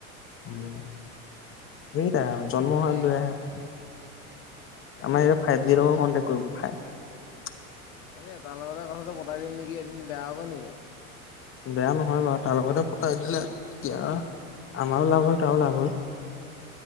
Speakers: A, on the left; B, on the left.
A: উম, সেইটাই আৰু জন্ম হৈ
B: এই
A: লৈ আহে আকৌ।
B: তাকে
A: আমাৰ এতিয়া ফাইভ জিৰ
B: এই
A: লগ
B: জন
A: কনটে্ কৰিব ফাইভ
B: তাকে তাৰ লগতে কথাটো পতাই দিম নেকি এদিন বেয়া হ'ব নিকি বাৰু।
A: বেয়া নহয় বাৰু তাৰ লগতে পঠাই দিলে এতিয়া। আমাৰও লাভ হল তাৰো লাভ হল।